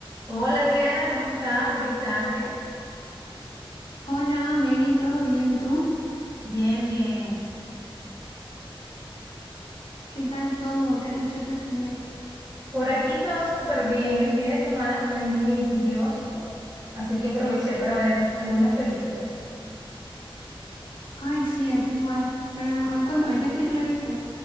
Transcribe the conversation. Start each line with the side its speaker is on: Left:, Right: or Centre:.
Right: Hola Adriana, ¿cómo estás? Feliz tarde.
Left: Hola, Mary, ¿todo bien tú?
Right: Bien, bien.
Left: ¿Qué tal todo? ¿Qué has hecho este fin de...?
Right: Por aquí todo súper bien. El fin de semana fue muy lluvioso, así que aproveché para ver algunas películas.
Left: Ay, sí, aquí igual. Pero, a ver, cuéntame, ¿qué película viste?